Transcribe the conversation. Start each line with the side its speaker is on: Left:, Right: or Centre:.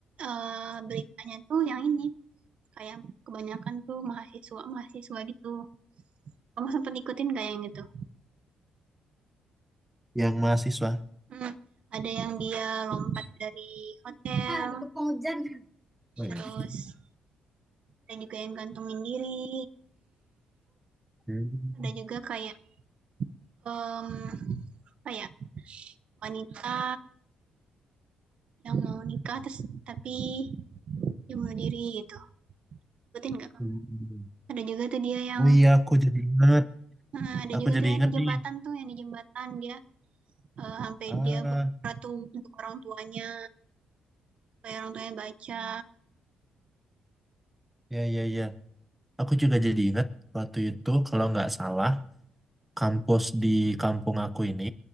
Right: eh, beritanya tuh yang ini kayak kebanyakan tuh mahasiswa mahasiswa gitu kamu sempat ikutin gak yang gitu
Centre: Yang mahasiswa.
Right: hmm. ada yang dia lompat dari hotel
Centre: Nah, dikepung hujan. Oh iya.
Right: terus
Centre: <laughs>
Right: ada juga yang gantungin diri
Centre: Hmm.
Right: ada juga kayak um, kayak wanita yang mau nikah terus tapi dia bunuh diri gitu ikutin gak kamu
Centre: Hmm.
Right: ada juga tuh dia yang
Centre: Oh iya, aku jadi ingat.
Right: uh, ada
Centre: Aku
Right: juga
Centre: jadi
Right: tuh yang
Centre: ingat
Right: di jembatan
Centre: nih.
Right: tuh yang di jembatan dia uh, sampai
Centre: Ah,
Right: dia berdoa tuh untuk orang tuanya supaya orang tuanya baca
Centre: ya ya ya. Aku juga jadi ingat waktu itu kalau nggak salah kampus di kampung aku ini